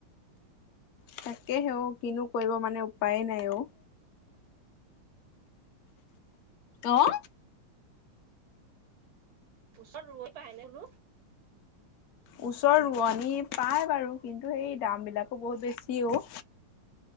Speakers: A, on the left; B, on the right.
A: তাকেহে অ', কিনো কৰিব মানে উপায় নাই অ'। অ'।
B: ওচৰত ৰোৱৈ পায় নে বুলো
A: ওচৰৰ ৰোৱনী পায় বাৰু, কিন্তু সেই দাম বিলাকো বহুত বেছি‌ অ'।